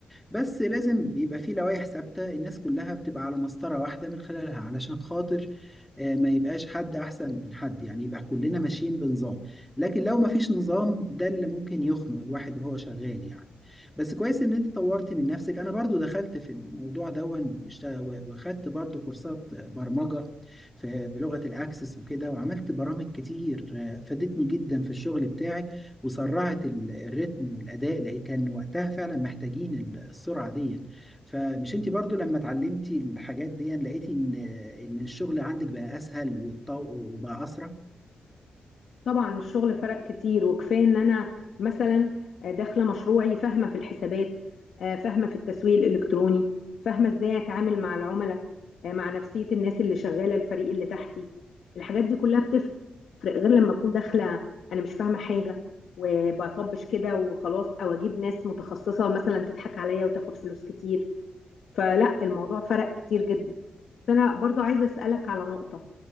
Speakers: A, in the centre; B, on the left (about 70°).
A: بس لازم بيبقى فيه لوائح ثابتة الناس كلها بتبقى على مسطرة واحدة من خلالها علشان خاطر آه، ما يبقاش حد أحسن من حد يعني يبقى كلنا ماشيين بنظام لكن لو ما فيش نظام ده اللي ممكن يخنق الواحد وهو شغال يعني بس كويس ان انت طورت من نفسك انا برضو دخلت في الموضوع دون اشت- واخدت برضو كورسات برمجة في بلغة الاكسس وكده وعملت برامج كتير آه، فادتني جدا في الشغل بتاعي وسرعت ال- الريتم والاداء اللي كان وقتها فعلا محتاجين ال- السرعه دي فمش انت برضو لما اتعلمتي الحاجات دي لقيتي ان ان الشغل عندك بقى اسهل والطو وبقى اسرع
B: طبعا الشغل فرق كتير وكفايه ان انا مثلا آه، داخله مشروعي فاهمه في الحسابات آه، فاهمه في التسويق الالكتروني فاهمه ازاي اتعامل مع العملاء آه، مع نفسيه الناس اللي شغاله الفريق اللي تحتي الحاجات دي كلها بتفرق غير لما اكون داخله انا مش فاهمه حاجه وبطبش كده وخلاص او اجيب ناس متخصصه مثلا تضحك عليا وتاخد فلوس كتير فلا الموضوع فرق كتير جدا بس انا برضو عايزه اسالك على نقطه